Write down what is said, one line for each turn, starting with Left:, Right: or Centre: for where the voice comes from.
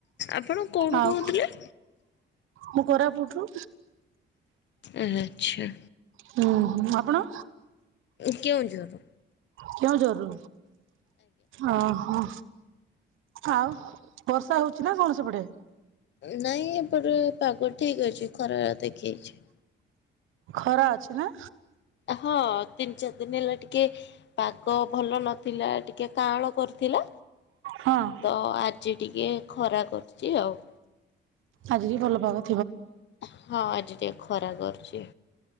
Left: ଆପଣ କଉଠୁ
Right: ଆଉ
Left: କହୁଥିଲେ।
Right: ମୁଁ କୋରାପୁଟ ରୁ
Left: ଆଚ୍ଛା।
Right: ହୁଁ ହୁଁ ଆପଣ।
Left: କେଉଁଝର ରୁ
Right: କେଉଁଝର ରୁ ଓହୋ ଆଉ ବର୍ଷା ହଉଚି ନା କଣ ସେପଟେ
Left: ନାଇଁ ଏପଟେ ପାଗ ଠିକ୍ ଅଛି ଖରା ଦେଖେଇଛି
Right: ଖରା ଅଛି ନା
Left: ହଁ ତିନି ଚାରି ଦିନି ହେଲା ଟିକେ ପାଗ ଭଲ ନଥିଲା ଟିକେ କାଁଳ କରିଥିଲା।
Right: ହଁ।
Left: ତ ଆଜି ଟିକେ ଖରା କରୁଚି ଆଉ।
Right: ଆଜି ବି ଭଲ ପାାଗ।
Left: ହଁ ଆଜି ଟିକେ ଖରା କରୁଚି।